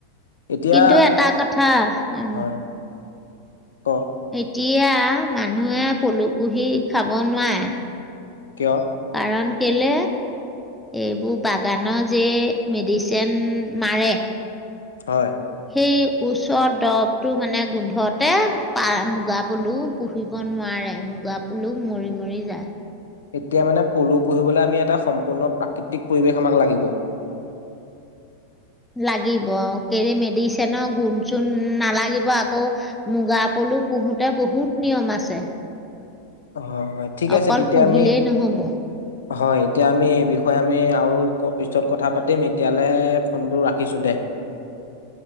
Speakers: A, on the left (about 65°); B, in the centre.
A: এতিয়া
B: কিন্তু এটা কথা উম।
A: হয়, ক,
B: এতিয়া মানুহে পলুপোহি খাব নোৱাৰে।
A: কিয়?
B: কাৰণকেলে এইবোৰ বাগানৰ যে মেডিচিন মাৰে
A: হয়,
B: এই ওচৰত দৰবটো মানে গোন্ধতে পা মুগা পলু পুহিব নোৱাৰে মুগা পলু মৰি মৰি যায়।
A: এতিয়া মানে পলু পুহিবলৈ আমি এটা সম্পূৰ্ণ প্ৰাকৃতিক পৰিৱেশ আমাক লাগিব।
B: লাগিব কেলে মেডিচিনৰ গোণ চুণ নালাগিব আকৌ মুগা পলু পোহোতে বহুত নিয়ম আছে।
A: হয়, হয় ঠিক
B: অকল
A: আছে তেতিয়া
B: পোঢ়িলেই
A: আমি
B: নহব।
A: হয়, এতিয়া আমি এই বিষয়ে আমি আৰু পিছত কথা পাতিম এতিয়ালৈ ফোনটো ৰাখিছোঁ দে।